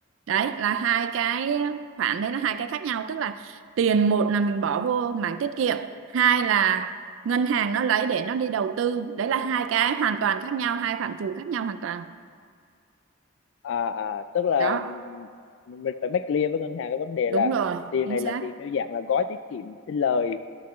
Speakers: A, on the right; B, on the left.
A: Đấy là hai cái khoản đấy là hai cái khác nhau, tức là tiền một là mình bỏ vô mảng tiết kiệm, hai là ngân hàng nó lấy để nó đi đầu tư. Đấy là hai cái hoàn toàn khác nhau, hai phạm trù khác nhau hoàn toàn.
B: à, à tức là
A: Đó,
B: ừm, mình phải make clear với ngân hàng cái vấn đề
A: đúng
B: là
A: rồi,
B: tiền
A: chính
B: này
A: xác.
B: là tiền theo dạng là gói tiết kiệm sinh lời